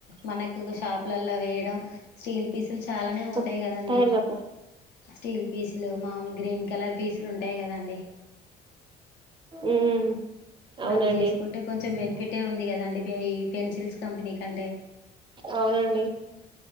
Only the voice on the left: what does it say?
మనకు ఒక షాపులలో వేయడం స్టీల్ పీసులు చాలానే పోతాయి
కదండి
స్టీల్ పీసులు మామూలు గ్రీన్ కలర్ పీసులు ఉంటాయి కదండి
అవి చేసుకుంటే కొంచెం బెనిఫిటే ఉంది కదండి ఈ పెన్సిల్స్ కంపెనీ కంటే